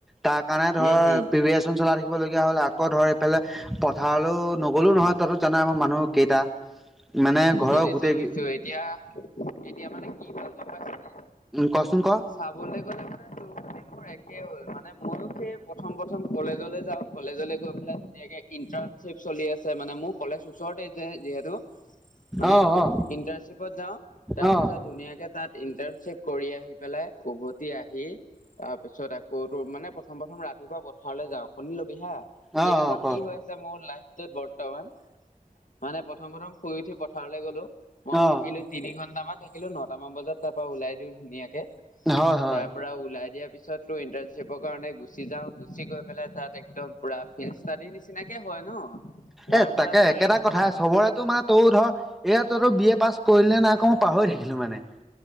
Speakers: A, in the centre; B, on the left (about 65°).
A: তাক কাৰণে ধৰ
B: উম হম
A: প্ৰিপেৰেশচন চলাই থাকিবলগীয়া হ'ল আকৌ ধৰ এইফালে পথাৰলৈও নগ'লো নহয়। তইতো জান আমাৰ মানুহ কেইটা। মানে ঘৰৰ
B: বুজিছো
A: গোটেই
B: বুজিছো এতিয়া, এতিয়া মানে কি হ'ল গম পাইছ নে?
A: কচোন ক
B: চাবলৈ গ'লে মানে তোৰ খানি মোৰ একেই হ'ল মানে ময়ো সেই প্ৰথম প্ৰথম কলেজলৈ যাওঁ, কলেজলৈ গৈ পেলাই ধনীয়াকে ইণ্টাৰ্ণশ্বিপ চলি আছে মানে মোৰ কলেজ ওচৰতে যে যিহেতু। মানে
A: অ অ
B: ইটাৰশ্বিপত যাওঁ তাৰপিছত
A: অ
B: ধুনীয়াকে তাত পিছত কৰি আহি পেলাই উভতি আহি তাৰপিছত আকৌ ত মানে প্ৰথম প্ৰথম ৰাতিপুৱা পথাৰলৈ যাওঁ শু হা
A: অ
B: কেনেকুৱা
A: অ ক
B: কি হৈ আছে মোৰ লাইফটোত বৰ্তমান। মানে প্ৰথম প্ৰথম শুই উঠি পথাৰলৈ গলো মই
A: অ
B: থাকিলো তিনি ঘন্টামান। থাকিলো নট মান বজাত তাৰ পৰা লাই দি ধুনাকে,
A: হয় হয়
B: তাৰ পৰা ওলাই দিয়া তাৰপিছত তো ইণ্টাৰনশ্বিপৰ কাৰণে গুচি যাওঁ, গুচি গৈ পেলাই তাত একদম পুৰা ফিল ষ্টডি নিচিনাকে হয় ন। তাৰ
A: এ
B: পৰা
A: তাকে
B: তোৰ
A: একেটা
B: ইখন
A: কথাই চবৰে তো মা তই ধৰ এয়া ত তোৰ বি এ পাছ কৰিলে নাই আকৌ মই পাহৰি থাকিলো মানে।